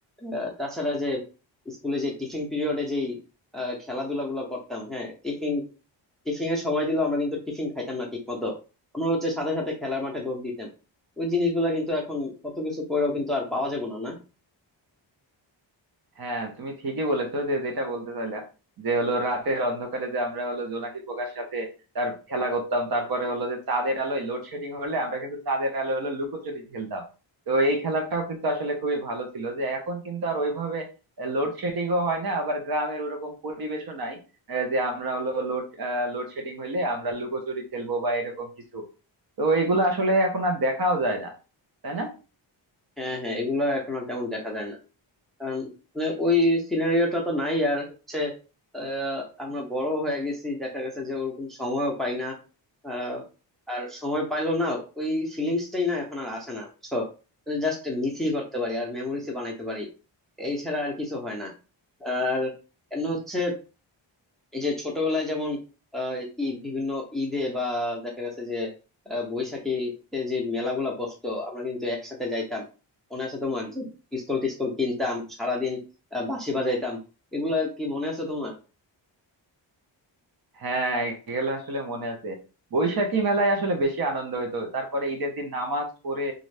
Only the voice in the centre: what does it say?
আহ, তাছাড়া যে স্কুলে যে টিফিন পিরিয়ডে যেই আহ, খেলাধুলা গুলো করতাম হ্যাঁ টিফিন টিফিনের সময় দিলেও আমরা কিন্তু টিফিন খাইতাম না ঠিক মতো আমরা হচ্ছে সাথে সাথে খেলার মাঠে দৌড় দিতাম ওই জিনিসগুলা কিন্তু এখন কত কিছু করেও কিন্তু আর পাওয়া যাবে না না
হ্যাঁ হ্যাঁ এগুলো এখন আর তেমন দেখা যায় না আম, মানে ওই সিনারিওটা তো নাই আর হচ্ছে আহ, আমরা বড় হয়ে গেছি দেখা গেছে যে ওরকম সময়ও পাই না আহ, আর সময় পাইলো না ওই ফিলিংসটাই না এখন আর আসে না বুঝছো জাস্ট মিসই করতে পারি আর মেমোরিজ বানাইতে পারি এই ছাড়া আর কিছু হয় না আর এমনি হচ্ছে এই যে ছোটবেলায় যেমন আহ ঈদ বিভিন্ন ঈদে বা দেখা গেছে যে আহ, বৈশাখীতে যে মেলাগুলা বসতো আমরা কিন্তু একসাথে যাইতাম মনে আছে তোমার যে পিস্তল টিস্তল কিনতাম সারাদিন আহ, বাঁশি বাজাইতাম এগুলা কি মনে আছে তোমার